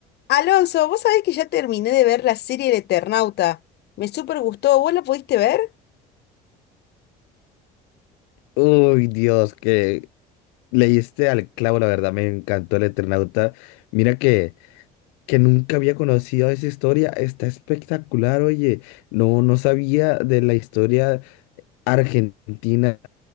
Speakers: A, on the left; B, on the left.
A: Alonso, vos sabés que ya terminé de ver la serie El Eternauta. Me súper gustó. ¿Vos la pudiste ver?
B: Uy, Dios, que leíste al clavo, la verdad, me encantó el Eternauta. Mira que, que nunca había conocido esa historia, está espectacular, oye, no, no sabía de la historia argentina